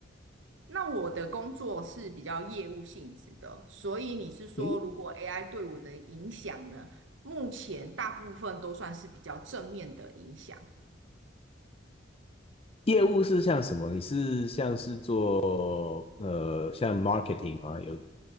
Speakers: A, on the right; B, on the left.
A: 那我的工作是比较业务性质的，所以你是说，
B: 嗯，
A: 如果 AI 对我的影响呢？目前大部分都算是比较正面的影响
B: 业务是像什么？你是像是做呃像 marketing 吗？有